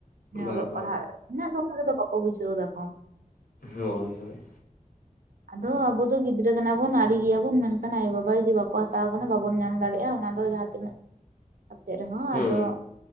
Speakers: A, on the left (about 85°); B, on the right (about 85°).
A: ᱵᱟ
B: ᱮ ᱚᱞᱚᱜ
A: ᱵᱟ
B: ᱯᱟᱲᱦᱟᱜ ᱢᱮᱱᱟᱜ ᱫᱚ ᱩᱫᱚ ᱵᱟᱠᱚ ᱵᱩᱡᱷᱟᱹᱣ ᱫᱟ ᱠᱚ᱾
A: ᱦᱳᱭ ᱦᱳᱭ᱾
B: ᱟᱫᱚ ᱟᱵᱚ ᱫᱚ ᱜᱤᱫᱽᱨᱟᱹ ᱠᱟᱱᱟ ᱵᱚᱱ ᱟᱲᱮ ᱜᱮᱭᱟᱵᱚᱱ ᱢᱮᱱᱠᱷᱟᱱ ᱟᱭᱳ ᱵᱟᱵᱟ ᱡᱩᱫᱤ ᱵᱟᱠᱚ ᱦᱟᱛᱟᱣ ᱟᱵᱚᱱᱟ ᱵᱟᱵᱚᱱ ᱧᱟᱢ ᱫᱟᱲᱮᱭᱟᱜᱼᱟ ᱚᱱᱟ ᱫᱚ ᱡᱟᱦᱟᱸ ᱛᱤᱱᱟᱹᱜ
A: <unintelligible>
B: ᱠᱟᱛᱮᱫ ᱨᱮᱦᱚᱸ
A: ᱦᱩᱸ
B: ᱟᱫᱚ